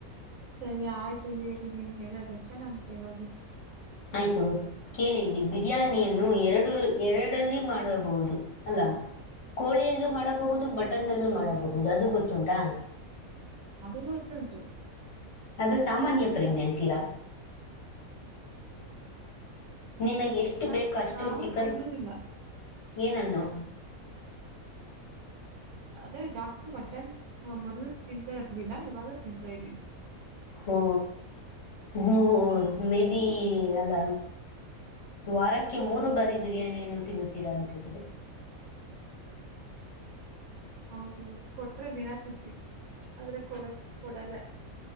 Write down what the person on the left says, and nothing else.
ಆಯ್ತು ಕೇಳಿಲ್ಲಿ ಬಿರಿಯಾನಿಯನ್ನು ಎರಡು ಎರಡಲ್ಲಿ ಮಾಡಬಹುದು ಅಲ್ಲ ಕೋಳಿಯಲ್ಲೂ ಮಾಡಬಹುದು ಮಟನ್ನಲ್ಲೂ ಮಾಡಬಹುದು ಅದು ಗೊತ್ತುಂಟಾ.
ಅದು ಸಾಮಾನ್ಯ ಪ್ರಜ್ಞೆ ಅಂತೀರಾ. ನಿಮಗೆ
ಎಷ್ಟು ಬೇಕೊ ಅಷ್ಟು
ಚಿಕನ್
ಏನನ್ನು
ಒ ನೀವು ಮೇಬಿ ಅಲ್ಲ ವಾರಕ್ಕೆ ಮೂರು ಬಾರಿ ಬಿರಿಯಾನಿಯನ್ನು ತಿನ್ನುತ್ತೀರಾ ಅನ್ನಿಸುತ್ತದೆ.